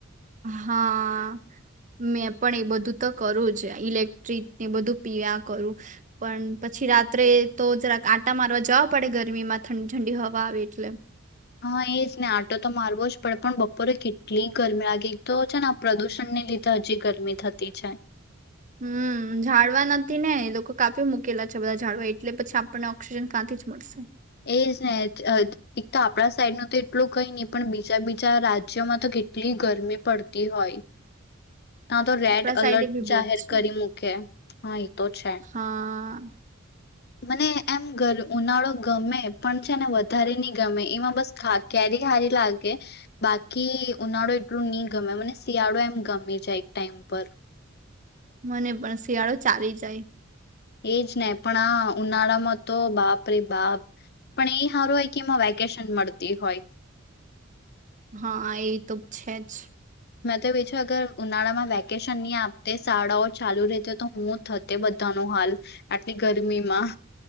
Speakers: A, on the right; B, on the left.
A: હા મેં પણ એ બધું તો કરું જ ઇલેક્ટ્રિકને બધું પી્યા કરું પણ પછી રાત્રે તો જરાક આંટા મારવા જવા પડે ગરમી માં ઠંડી ઠંડી હવા આવે એટલે
B: હા એજ ને આંટો તો મારવો જ પડે પણ બપોરે કેટલી ગરમી લાગી તો છે ને પ્રદુષણ ને લીધે હજી ગરમી થતી છે
A: હમ ઝાડવા નથી ને લોકો કાપી મૂકેલા છે બધા ઝાડવા એટલે પછી આપણને ઓક્સિજન કાંથી જ મળશે
B: એજ ને એક તો આપણા સાઈડ ન તો એટલું કઈ નહી પણ બીજા બીજા રાજ્યોમાં તો કેટલી ગરમી પડતી હોય તા તો રેડ
A: આપણા સાઈડે
B: અલર્ટ
A: બી બહુ
B: જાહેર
A: જ છે
B: કરી મ હા તો છે
A: હા.
B: મને એમ ઉનાળો ગમે પણ છે ને વધારે નહી ગમે એમાં બસ ક્યારે સારી લાગે, બાકી ઉનાળો એટલું નહી ગમે મને શિયાળો એમ ગમે જાય એક ટાઈમ પર.
A: મને પણ શિયાળો ચાલી જાય.
B: એજ ને પણ આ ઉનાળામાં તો બાપ ર બાપ, પણ એ સારું હોય કે એમાં વેકેશન મળતી હોય.
A: હા એ તો છે જ.
B: મેં તો બી છે અગર ઉનાળામાં વેકેશન ની આપતી શાળાઓ ચાલુ રહેતી હો તો હું થતી બધા ન હાલ, આટલી ગરમીમાં.